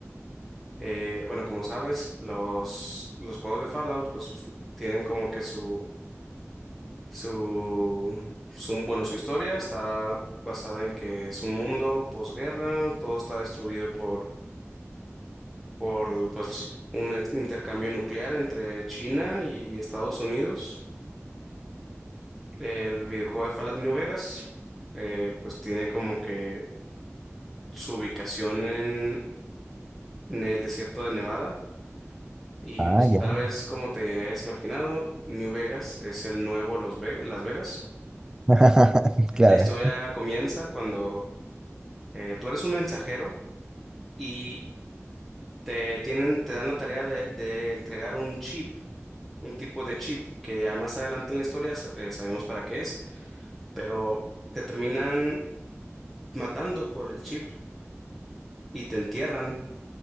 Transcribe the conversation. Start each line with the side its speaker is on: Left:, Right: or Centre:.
Centre: Eh, bueno, como sabes, los, los juegos de Fallout, pues, tienen como que su, su, su, bueno, su historia está basada en que es un mundo posguerra, todo está destruido por por pues, un ex- intercambio nuclear entre China y Estados Unidos. El videojuego de Fallout New Vegas, eh, pues tiene como que su ubicación en, en el desierto de Nevada. Y
Right: Ah,
Centre: pues
Right: ya.
Centre: tal vez como te hayas imaginado, New Vegas es el nuevo Los Ve- Las Vegas.
Right: <laughs> Claro.
Centre: La historia comienza cuando eh, tú eres un mensajero y te tienen, te dan la tarea de, de entregar un chip un tipo de chip que ya más adelante en la historia sa- eh, sabemos para qué es, pero te terminan matando por el chip y te entierran,